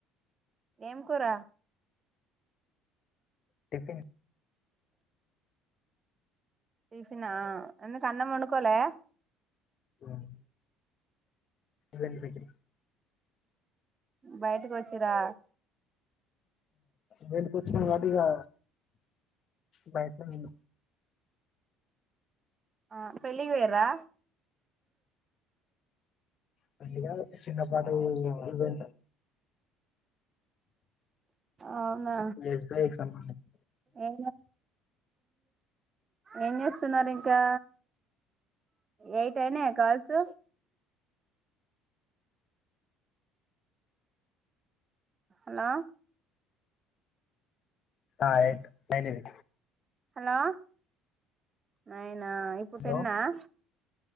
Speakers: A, on the right; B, on the left.
A: ఏం కూర
B: టిఫిన్
A: టిఫిన్ అ ఎందుకు ఆన్నం వొండుకోలే
B: <unintelligible> జిందగీ
A: బయటకు వచ్చేదా
B: <inaudible> వాటిగా ప్రయత్నం <inaudible>
A: ఆ పెళ్లికి పోయర్రా
B: పెళ్లి కాధు చిన్న పాటు <unintelligible>
A: అవునా
B: ఎస్బిఐకి సంబంధించి
A: ఏ ఏం చేస్తున్నారు. ఇంకా ఎయిట్ అయినా కాల్స్ హలో
B: ఆ ఎయిట్ అయనయ్
A: హలో నైయెన్ నైనా ఆ ఇప్పుడు
B: హలో
A: టెన్నాహా